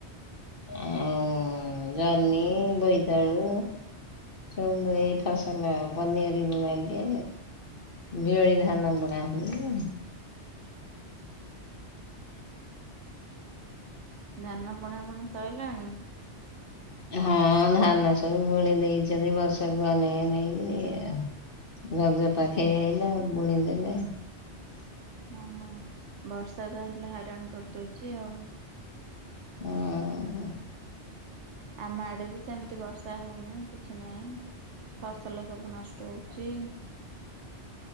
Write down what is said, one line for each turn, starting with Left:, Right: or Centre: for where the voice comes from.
Left: ଆଉ ଜହ୍ନି ବୋଇତାଳୁ। ସବୁ ଏଇ ଫସଲ ପନିଆରି ବି ଲାଗେ। ବିଆଳି ଧାନ ବୁଣା ହୁଏ।
Right: ଧାନ ବୁଣା ବୁଣି ସଇଲାଣି।
Left: ହଁ ଧାନ ସବୁ ବୁଣି ଦେଇଛନ୍ତି ବର୍ଷାକୁ ଅନେଇ ଅନେଇକିରି ଆଉ। ରଜ ପାଖେଇ ଆଇଲା ବୁଣି ଦେଲେ।
Right: ହଁ ହଁ ବର୍ଷା ତା ହେଲେ ହଇରାଣ କରିଦଉଛି ଆଉ।
Left: ହଁ।
Right: ଆମ ଆଡେ ବି ସେମିତି ବର୍ଷା ହଉନି କିଛି ନାହିଁ। ଫସଲ ସବୁ ନଷ୍ଟ ହୋଉଛି।